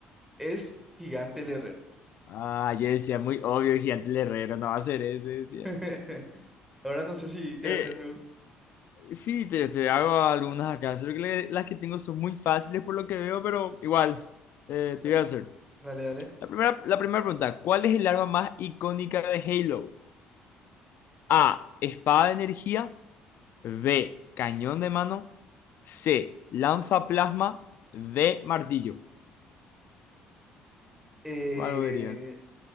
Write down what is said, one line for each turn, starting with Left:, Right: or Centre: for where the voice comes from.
Centre: es Gigante el Herrero.
Left: Ah, yo decía, muy obvio, gigante el herrero, no va a ser ese, decía.
Centre: <laughs> Ahora no sé si quiere
Left: Eh,
Centre: hacerme. un-
Left: sí, te, te hago algunas acá, solo que le- las que tengo son muy fáciles por lo que veo, pero igual, eh,
Centre: da-
Left: te voy a hacer.
Centre: Dale, dale.
Left: La primera, la primera pregunta, ¿cuál es el arma más icónica de Halo? A, espada de energía, B, cañón de mano, C, lanza plasma, D, martillo.
Centre: Eh,
Left: ¿Cuál vos dirías?